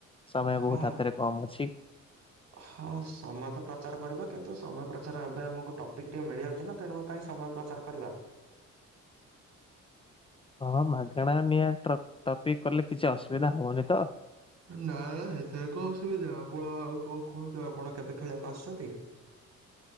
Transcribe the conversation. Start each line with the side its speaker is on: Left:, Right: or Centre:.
Left: ସମୟ
Right: ହଁ
Left: ବହୁତ ହାତରେ କମ ଅଛି
Right: ହଁ ସମ ତ ପ୍ରଚାର କରିବା କି? ତ ସମୟ ପ୍ରଚାର ଏବେ ଆମକୁ ଟପିକ ଟିକେ ମିଳିଯାଉଛି ନା ତେଣୁ କାହିଁ ସମୟ ପ୍ରଚାର କରିବା।
Left: ହଁ ମାଗଣା ନିଆ ଟ୍ର ଟପିକ କଲେ କିଛି ଅସୁବିଧା ହବନି ତ।
Right: ନା ନା ହେତେରେ କଣ ଅସୁବିଧା ଆପଣ ଆଉ କଣ କୁହନ୍ତୁ ଆପଣ କେବେ ଖେଳିବାକୁ ଆସୁଛନ୍ତି।